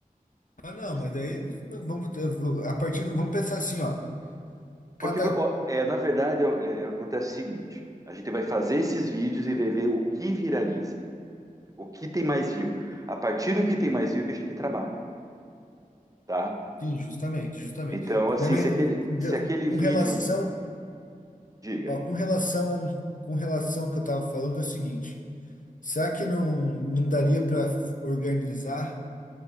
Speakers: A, on the left (about 60°); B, on the right (about 25°).
A: Ah, não,
B: Você-
A: mas daí vamos ter- vo- a partir do, vamos pensar assim, ó. Cada
B: Porque, ó, é, na verdade, ó, é, acontece o seguinte: a gente vai fazer esses vídeos e vai ver o que viraliza, o que tem mais view. A partir do que tem mais view que a gente trabalha, tá?
A: sim, justamente, justamente.
B: Então, assim,
A: Também
B: se aquele,
A: deu-
B: se aquele vídeo
A: com relação,
B: Diga.
A: ó, com relação, com relação ao que eu estava falando é o seguinte. Será que não, não daria para organizar